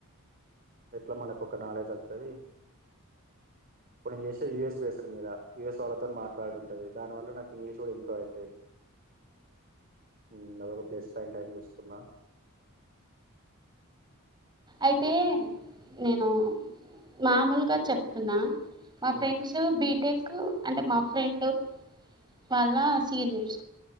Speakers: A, on the right (about 40°); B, on the right (about 20°).
A: ఎట్లా మనకు ఒక నాలెడ్జ్ వత్తది ఇప్పుడు నేను జేసే యూఎస్ బేస్ మీద యూఎస్ వాళ్ళతో మాట్లాడు ఉంటది దాని వల్ల నాక్ ఇంగ్లీష్ కూడా ఇంప్రూవ్ అయితది ఉమ్ అదొక ప్లేస్ పాయింట్ అని జూసుకున్నా
B: అయితే నేను మామూలుగ చెప్ మా
A: ఉమ్
B: ఫ్రెండ్స్ బి టెక్ అంటే మా ఫ్రెండ్ వాళ్ళ సీనియర్స్